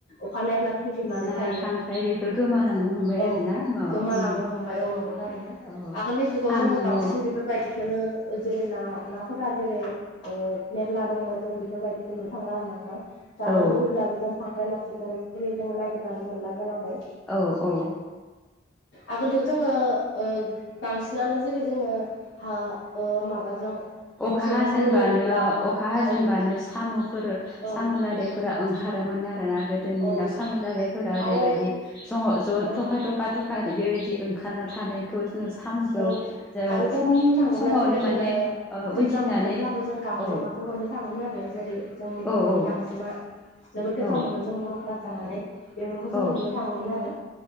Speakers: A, on the left; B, in the centre.
A: अखानायब्ला थैजोबनानै
B: ना
A: थायो
B: खांख्राइ बेफोर गोमालांनो हमबाय
A: औ
B: आरोना अ
A: गोमालांनो
B: उम
A: हमबाय औ नंगौ थारैनो।
B: औ
A: आगोलनि जुगाव
B: साम'
A: जोङो बांसिन
B: औ
A: बेफोरबायदिखौनो जेरै ना ना फोरा जेरै ओ मेरला दंमोन जों बेफोरबायदिखौ नुनो थांला आरोना नोंथां। जानो
B: औ
A: लुुबैब्लाबो जों खांख्राइ मासेखौनो जेरै जों नागिरनानै मोनला जालांबाय।
B: औ औ
A: आगोलथ' जोङो ओ बांसिनानो जेरै जोङो हा ओ माबाजों
B: अखा
A: मोसौजों
B: हाजेनबानो
A: हालेवब्ला
B: अ अखा हाजेनबानो
A: औ
B: साम'फोर
A: औ
B: साम' लादायफोरा
A: औ
B: ओंखारोमोन आरोना गोदो। गोदोनि
A: औ
B: दिनाव साम' लदायफोरा ओरैबायदि
A: आरो
B: ज' ज'
A: औ
B: थखा
A: नंगौ
B: थखा थ बेबायदि ओंखारना थानाय खौ जोङो साम'खौ
A: औ
B: जों
A: आरो
B: फुं
A: बुंनो थाङोब्ला
B: समावनो
A: जेरै जोङो
B: माने ओ
A: दैज्लां
B: उन्थिनानै
A: बोथोरब्लाबो जों गांजेमाखौ
B: औ
A: मोननो थाङोमोन आरो जेरै जोंनि बर'नि
B: औ औ
A: गांजेमा जोबोद गोथाव
B: औ
A: मोनो जों बर'फोरा जानानै। बेफोरखौ जों
B: औ
A: नुनो थाङोमोन आरो